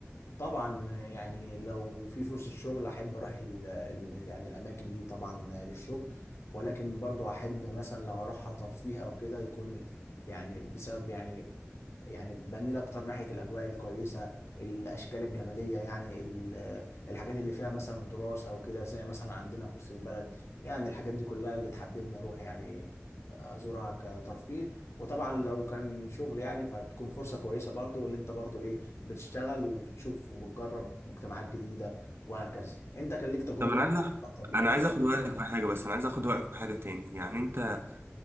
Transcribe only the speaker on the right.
طب انا
عايز أخ...
انا عايز اخد رايك في حاجه بس انا عايز اخد رايك في حاجه تاني يعني انت